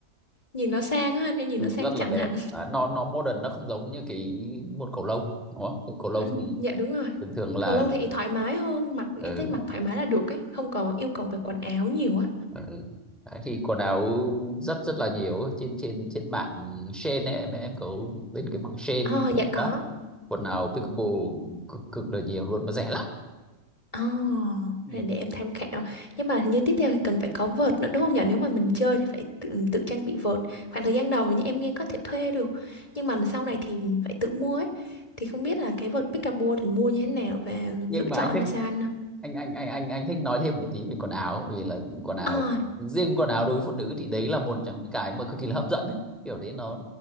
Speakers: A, on the left; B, in the centre.
A: nhìn nó sang á em nhìn
B: Ừ,
A: nó sang
B: rất là
A: chảnh
B: đẹp
A: hẳn
B: à, nó nó modern nó không giống như cái môn cầu lông đúng không cầu
A: ừ,
B: lông thì
A: dạ đúng rồi
B: thường thường là
A: cầu lông thì thoải mái hơn mặc
B: ừ,
A: em thấy mặc thoải mái là được ấy không còn yêu cầu về quần áo nhiều á
B: Ừ. Đấy, thì quần áo rất rất là nhiều trên trên trên mạng Shein ấy, em em có bên cái mạng Shein
A: Ờ dạ có
B: đó quần áo pickleball cực cực là nhiều luôn mà rẻ lắm
A: Ồ,
B: ừ.
A: rồi để em tham khảo. Nhưng mà hình như tiếp theo thì cần phải có vợt nữa đúng không nhỉ? Nếu mà mình chơi thì phải tự, tự trang bị vợt. Khoảng thời gian đầu hình như em nghe có thể thuê được. Nhưng mà sau này thì phải tự mua ấy. Thì không biết là cái vợt Pickleball thì mua như thế nào và
B: nhưng
A: lựa
B: mà
A: chọn
B: anh thích
A: ra sao anh?
B: anh anh anh anh anh thích nói thêm một tí về quần áo vì là quần áo
A: À,
B: riêng quần áo đối với phụ nữ thì đấy là một trong những cái mà cực kỳ là hấp dẫn ấy. kiểu đấy nó